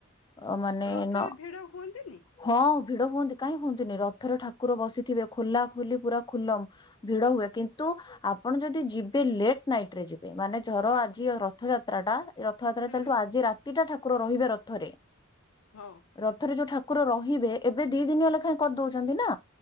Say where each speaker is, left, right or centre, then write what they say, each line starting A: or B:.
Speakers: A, on the left (about 20°); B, on the left (about 70°).
A: ଅ ମାନେ
B: ରଥରେ
A: ନ
B: ଭିଡ ହୁଅନ୍ତିନି
A: ହଁ ଭିଡ ହୁଅନ୍ତି କାଇ ହୁଅନ୍ତିନି ରଥରେ ଠାକୁର ବସିଥିବେ ଖୋଲା ଖୋଲି ପୁରା ଖୁଲମ ଭିଡ ହୁଏ କିନ୍ତୁ ବ ଆପଣ ଯଦି ଯିବେ ଲେଟ୍ ନାଇଟରେ ଯିବେ ମାନେ ଧର ଆଜି ରଥଯା ତ୍ରାଟା ରଥଯାତ୍ରା
B: ହୁଁ
A: ଚାଲିଥିବ
B: ହୁଁ
A: ଆଜି ରାତିଟା ଠାକୁର ରହିବେ ରଥରେ।
B: ହଁ
A: ରଥରେ ଯୋଉ ଠାକୁର ରହିବେ ଏବେ ଦି ଦିନିଆ ଲେଖାଏ କରିଦଉଛନ୍ତି ନା